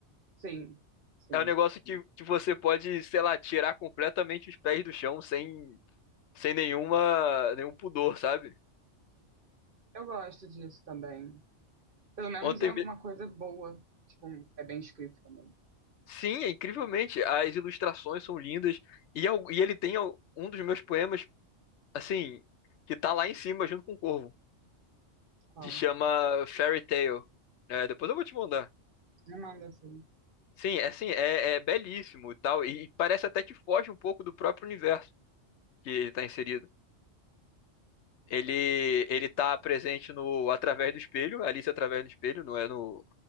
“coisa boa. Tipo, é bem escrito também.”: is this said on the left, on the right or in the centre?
Right